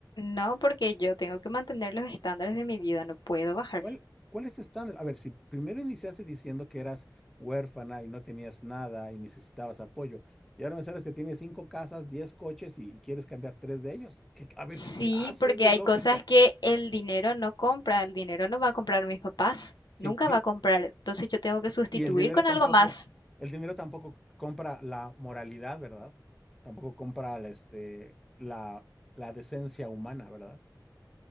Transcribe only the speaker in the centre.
¿Cuál, cuál es tu estándar? A ver, si primero iniciaste diciendo que eras huérfana y no tenías nada y necesitabas apoyo, y ahora me sabes que tienes cinco casas, diez coches y, y quieres cambiar tres de ellos. ¿Qué- a ver,
¿qué clase
de
lógica?
Sí,
sí,
y el dinero
tampoco,
el dinero tampoco compra la moralidad, ¿verdad? Tampoco compra la, este, la, la decencia humana, ¿verdad?